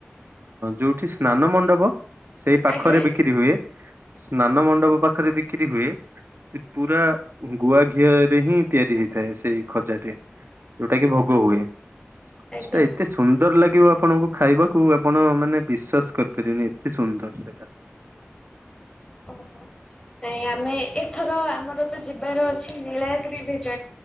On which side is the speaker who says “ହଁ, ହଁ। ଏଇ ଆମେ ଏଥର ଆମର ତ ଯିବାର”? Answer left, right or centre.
Left